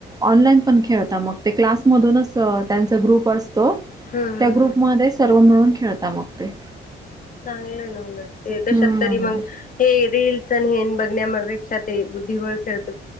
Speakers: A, on the right; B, on the left.
A: ऑनलाईन पण खेळत मग ते क्लासमधूनच अ त्यांचा ग्रुप बसतो
B: हम्म
A: त्या
B: हम्म
A: ग्रुपमध्ये
B: हम्म
A: सर्व मिळून खेळता मग ते
B: चांगलं आहे ना उलट कशात
A: हं.
B: तरी मग हे रीलस आणि हे बघ नियमापेक्षा ते बुद्धिबळ ते च